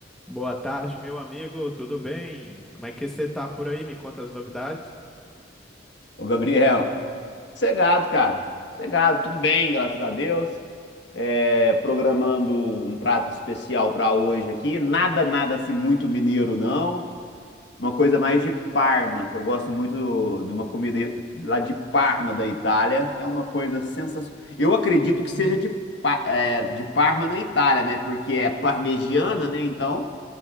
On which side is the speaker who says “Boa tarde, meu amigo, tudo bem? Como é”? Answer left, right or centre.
Centre